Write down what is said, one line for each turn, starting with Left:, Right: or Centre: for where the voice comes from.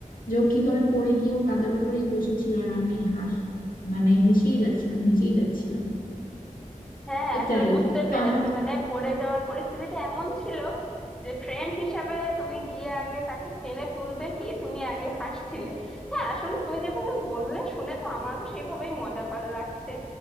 Left: যে ও কিভাবে পড়ে গিয়েও কাদার উপরেই বসেছিল আর আমি হাস মানে হেসেই যাচ্ছিলাম হেসেই যাচ্ছিলাম
Centre: হ্যাঁ
Left: এটাই
Centre: আসলে বুঝতে
Left: তো
Centre: পেরেছি
Left: আমার
Centre: মানে পড়ে যাওয়ার পরিস্থিতিটা এমন ছিল যে ফ্রেন্ড হিসাবে তুমি গিয়ে আগে তাকে টেনে তুলবে কি তুমি আগে হাসছিলে হ্যাঁ আসলে তুমি যেভাবে বললে শুনে তো আমারও সেইভাবেই মজা পার লাগছে